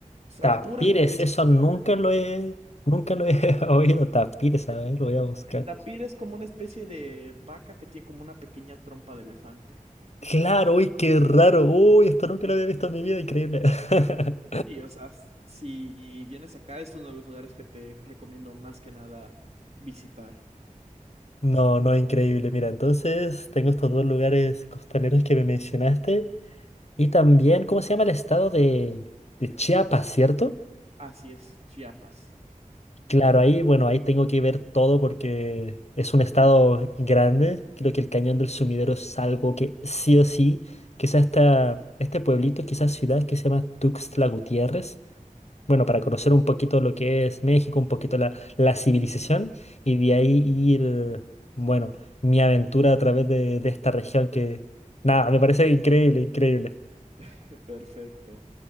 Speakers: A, on the right (about 50°); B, on the left (about 50°).
A: o sea,
B: Tapires,
A: puras especies
B: eso
A: que
B: nunca
A: viven acá.
B: lo he, nunca lo he <laughs> oído. Tapires, a ver, lo voy a buscar.
A: El tapir es como una especie de vaca que tiene como una pequeña trompa de elefante.
B: Claro, uy, qué raro. Uy, esto nunca lo había visto en mi vida, increíble. <laughs>
A: Y, o sea, s- si vienes acá, es uno de los lugares que te recomiendo más que nada visitar.
B: No, no, increíble. Mira, entonces tengo estos dos lugares costaneros que me mencionaste. Y también, ¿cómo se llama el estado de, de Chiapas, cierto?
A: Así es, Chiapas.
B: Claro, ahí, bueno, ahí tengo que ver todo porque es un estado grande. Creo que el Cañón del Sumidero es algo que sí o sí, quizás esta, este pueblito, quizás ciudad que se llama Tuxtla Gutiérrez. Bueno, para conocer un poquito lo que es México, un poquito la, la civilización y de ahí ir, bueno, mi aventura a través de, de esta región que, nada, me parece increíble, increíble.
A: <laughs> Perfecto.